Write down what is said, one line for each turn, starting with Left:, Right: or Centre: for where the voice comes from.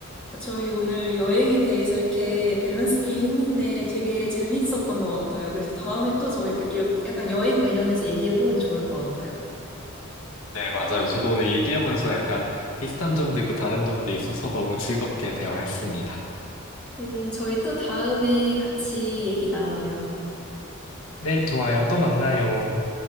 Centre: 저희 오늘 여행에 대해서 이렇게 밸런스 게임 했는데 되게 재밌었던 것 같아요. 그래서 다음에 또 저희 여- 약간 여행 관련해서 얘기해보면 좋을 것 같아요.
Left: 네, 맞아요. 저도 오늘 얘기하면서 약간 비슷한 점도 있고 다른 점도 있어서 너무 즐겁게 대화했습니다.
Centre: 네, 그럼 저희 또 다음에 같이 얘기 나눠요.
Left: 네, 좋아요. 또 만나요.